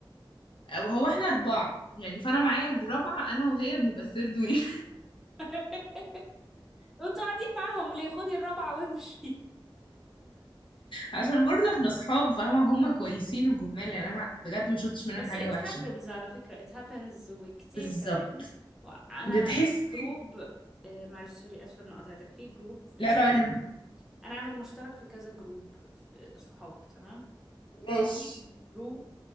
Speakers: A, on the left (about 70°); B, in the centre.
A: وهو احنا أربعة يعني فانا معايا الرابعة انا وهي بنبقى الثيرد وي <laughs>
B: <laughs> وانتوا قاعدين معاهم ليه خدي الرابعة وامشي
A: عشان برضو احنا صحاب فاهمة هما كويسين وجمال يعني انا ما- بجد ما شفتش منهم
B: بس
A: حاجة
B: it
A: وحشة
B: happens على فكرة it happens وكتير
A: بالظبط
B: كمان أنا
A: بتحسي
B: جروب آه، معلش سوري آسفة إني قاطعتك في جروب في...
A: لا لا
B: انا عامل مشترك في كذا جروب في- صحاب تمام
A: ماشي
B: ففي جروب